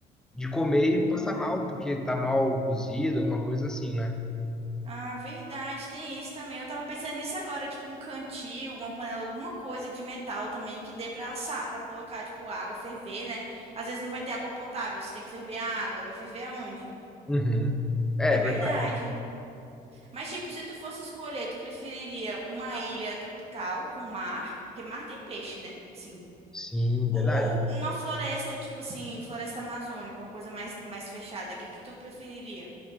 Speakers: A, in the centre; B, on the right.
A: de comer
B: Hum.
A: e passar mal, porque tá mal cozido, alguma coisa assim, né?
B: Ah, verdade, tem isso também. Eu tava pensando nisso agora, tipo um cantil, uma panela, alguma coisa de metal também que dê pra assar, pra colocar, tipo, água ferver, né? Às vezes não vai ter água potável, você tem que ferver a água, vai ferver aonde?
A: Uhum. É,
B: É
A: é
B: verdade.
A: verdade.
B: Mas, tipo, se tu fosse escolher, tu preferiria uma ilha tropical com mar, porque mar tem peixe, né? Sim.
A: Sim, verdade.
B: Ou uma floresta, tipo assim, floresta amazônica, uma coisa mais, mais fechada. O que que tu preferiria?